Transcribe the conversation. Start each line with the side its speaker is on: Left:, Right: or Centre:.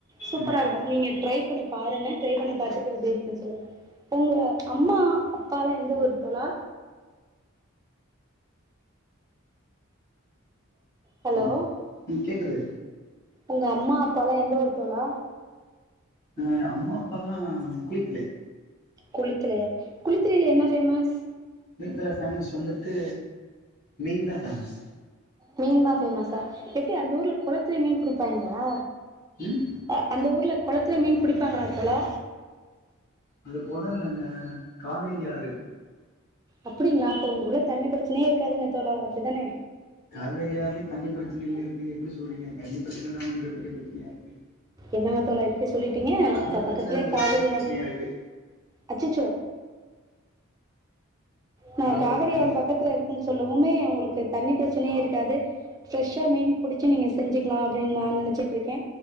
Right: சூப்பரா
Left: ம்
Right: இருக்கு நீங்க ட்ரை பண்ணி பாருங்க ட்ரை பண்ணி பாத்துட்டு எப்டி இருக்குனு சொல்லுங்க உங்க அம்மா அப்பால்லா எந்த ஊரு தோழா ஹலோ
Left: ம் ம் கேக்குது
Right: உங்க அம்மா அப்பால்லா எந்த ஊரு தோழா
Left: அ அம்மா அப்பால்லா குளித்தலை
Right: குளித்தலையா குளித்தலைல என்ன ஃபேமஸ்?
Left: குளித்தலைல ஃபேமஸ் வந்துட்டு மீன்தா ஃபேமஸ்
Right: மீன்தா ஃபேமஸா எப்டி அந்த ஊர்ல குளத்துலயே மீன் புடிப்பாயிங்ளா
Left: ம்
Right: அ அந்த ஊர்ல குளத்துலயே மீன் புடிப்பாங்ளா தோழா
Left: அது கொளொ இல்லங்க காவேரி ஆறு
Right: அப்டிங்ளா அப்ப உங்க ஊர்ல தண்ணி பிரச்சனையே இருக்காதுங்க தோழா அப்டிதானே
Left: காவேரி ஆறுலயு தண்ணி பிரச்சன இல்ல இருக்கு எப்டி சொல்றீங்க தண்ணி ப்ரச்சனதா மிகப்பெரிய ப்ரச்சனயா இருக்கு
Right: என்னங்க தோழா இப்டி சொல்லிட்டீங்க
Left: தண்ணி பிரச்சன
Right: பக்கத்திலே
Left: தா மிகப்பெரிய
Right: காவிரி
Left: பிரச்சனையா
Right: ஆறு
Left: இருக்கு
Right: அச்சச்சோ நா
Left: காவேரில
Right: காவிரி
Left: தண்ணி
Right: ஆறு பக்கத்துல இருக்குன்னு சொல்லவுமே உங்களுக்கு தண்ணி ப்ரச்சனையே இருக்காது ஃப்ரெஷா மீன் புடிச்சு நீங்க செஞ்சிக்லா அப்டின் நா நெனச்சுட்ருக்கே